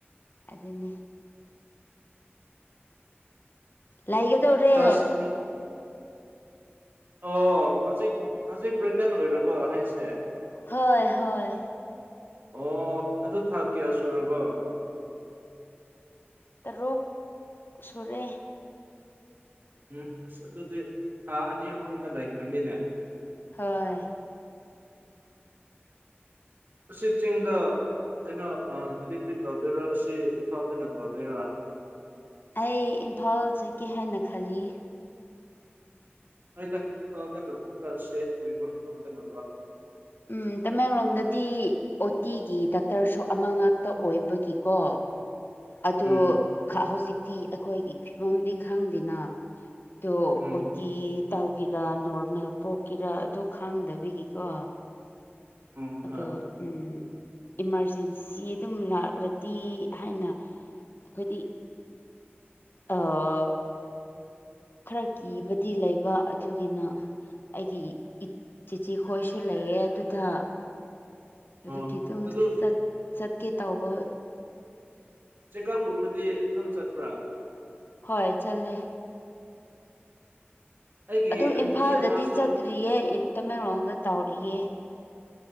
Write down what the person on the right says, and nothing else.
ꯆꯔꯆ ꯎꯝ ꯑꯣ ꯍꯧꯖꯤꯛ ꯍꯧꯖꯤꯛ ꯄ꯭ꯔꯦꯒꯅꯦꯟ ꯑꯣꯏꯔꯕ ꯍꯥꯏꯁꯦ
ꯑꯣ ꯑꯗꯨ ꯊꯥ ꯀꯌꯥ ꯁꯨꯔꯕꯣ
ꯎꯝ ꯑꯁ ꯑꯗꯨꯗꯤ ꯊꯥ ꯑꯅꯤ ꯑꯍꯨꯝꯗ ꯂꯩꯈ꯭ꯔꯅꯤꯅꯦ
ꯑꯁꯤ ꯆꯤꯡꯗ ꯀꯩꯅꯣ ꯑ ꯗꯤꯂꯤꯕꯔꯤ ꯇꯧꯗꯣꯏꯔꯥ ꯑꯁꯤ ꯏꯝꯐꯥꯜꯗꯅ ꯇꯧꯗꯣꯏꯔꯥ
ꯍꯣꯏꯗ ꯏꯝꯐꯥꯜꯗꯅ ꯈꯪꯉꯜꯂꯁꯦ ꯑꯣꯏꯕ ꯉꯝꯗꯅꯕ
ꯎꯝ
ꯎꯝ
ꯎꯝ
ꯍꯣꯏ
ꯑꯣ
ꯑꯗꯨ
ꯆꯦꯛꯀꯜꯀꯨꯝꯕꯗꯤ ꯑꯗꯨꯝ ꯆꯠꯄ꯭ꯔꯥ
ꯑꯩꯒꯤ
ꯑꯟꯇꯤ
ꯑꯃꯁꯨ